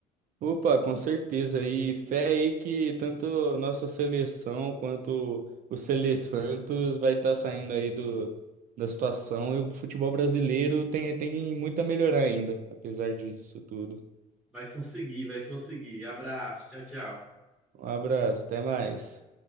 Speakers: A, on the right (about 55°); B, in the centre.
A: Opa, com certeza. E fé aí que tanto nossa seleção quanto o Sele Santos vai estar saindo aí do, da situação e o futebol brasileiro tem, tem muito a melhorar ainda, apesar disso tudo.
B: Vai conseguir, vai conseguir. Abraço, tchau, tchau.
A: Um abraço, até mais.